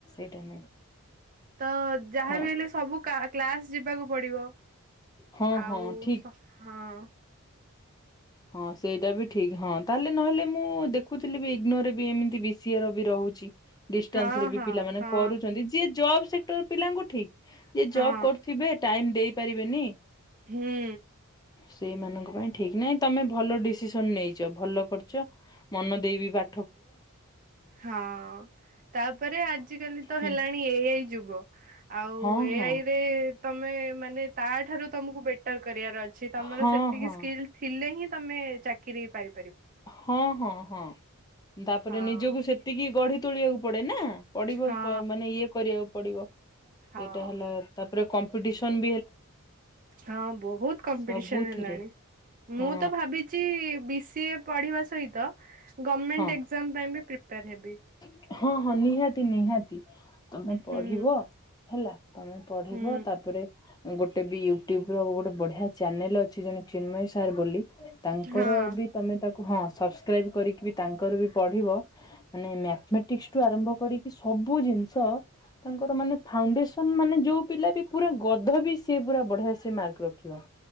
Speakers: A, on the left (about 20°); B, on the right (about 40°).
A: ଏଟା ନାଇଁ
B: ତ ଯାହାବି
A: ହଁ
B: ହେଲେ ସବୁ କା- କ୍ଲାସ୍ ଯିବାକୁ ପଡ଼ିବ।
A: ହଁ
B: ଆଉ
A: ହଁ ଠିକ
B: ସ ହଁ
A: ହଁ ସେଇଟା ବି ଠିକ ହଁ ତାହେଲେ ନହେଲେ ମୁଁ ଦେଖୁଥିଲି ବି ଇଗ୍ନୋର ବି ଏମିତି ବିସିିଏର ବି ରହୁଛି। ଡିଷ୍ଟାନ୍ସ
B: ହଁ
A: ରେ
B: ହଁ
A: ବି ପିଲାମାନେ
B: ହଁ
A: କରୁଛନ୍ତି। ଯିଏ ଜବ୍ ସେକ୍ଟର୍ ପିଲାଙ୍କୁ ଠିକ୍। ଯିଏ
B: ହଁ
A: ଜବ୍ କରୁଥିବେ ଟାଇମ୍ ଦେଇ ପାରିବେନି।
B: ହୁଁ।
A: ସେଇମାନଙ୍କ ପାଇଁ ଠିକ ନାହିଁ ତୋମେ ଭଲ ଡିସିସନ୍ ନେଇଚ। ଭଲ କରିଚ ମନ ଦେଇ ବି ପା
B: ହଁ ତାପରେ ଆଜିିକାଲି ତ
A: ହୁଁ।
B: ହେଲାଣି ଏଆଇ ଯୁଗ। ଆଉ
A: ହଁ
B: ଏଆଇ
A: ହଁ
B: ରେ ତୋମେ ମାନେ ତା ଠାରୁ ତୋମକୁ ବେଟର୍ କରିବାର ଅ ଛି ତୋମର
A: ହଁ
B: ସେତିକି
A: ହଁ
B: ସ୍କିଲ୍ ଥିଲେ ହିଁ ତୋମେ ଚାକିରି ପାଇ
A: ହଁ, ହଁ, ହଁ। ତାପରେ
B: ହଁ
A: ନିଜକୁ ସେତିକି ଗଢି ତୋଳିବାକୁ ପଡେ ନା। ପଡିବ
B: ହଁ
A: ପ-ମାନେ ଇଏ କରିବାକୁ ପଡିବ ସେଇଟା
B: ହଁ।
A: ହେଲା ତାପରେ କମ୍ପିଟିସନ୍।
B: ହଁ ବହୁତ କମ୍ପିଟିସନ୍
A: ସବୁଥିରେ
B: ହେଲାଣି।
A: ହଁ
B: ମୁଁ ତ ଭାବିଚି ବି ସି ଏ ପଢିବା ସହିତ ଗମେଣ୍ଟ
A: ହଁ
B: ଏକ୍ଜାମ୍ ପାଇଁ ବି ପ୍ରିପେୟାର୍ ହେବି।
A: ହଁ, ହଁ ନିହାତି ନିହାତି ତୋମେ ପଢିବ।
B: ହୁଁ।
A: ହେଲା ତୋମେ ପଢିବ।
B: ହୁଁ
A: ତାପରେ ଗୋଟେ ବି ୟୁଟ୍ୟୁବ ର ଗୋଟେ ବଢିଆ ଚ୍ୟାନେଲ୍ ଅଛି ଜଣେ ଚିନ୍ମୟ ସାର୍ ବୋଲି ତାଙ୍କର
B: ହଁ
A: ବି ତୋମେ ତାକୁ ହଁ ସବସ୍କ୍ରାଇବ୍ କରିକି ବି ତାଙ୍କର ବି ପଢିବ ମାନେ ମ୍ୟାଥମେଟିକ୍ସ ଠୁ ଆରମ୍ଭ କରିକି ସବୁ ଜିନିଷ ତାଙ୍କର ମାନେ ଫାଉଣ୍ଡେସନ୍ ମାନେ ଯୋଉ ପିଲା ବି ପୁରା ଗଧ ବି ସିଏ ପୁରା ବଢିଆ ସେ ମାର୍କ ରଖିବ।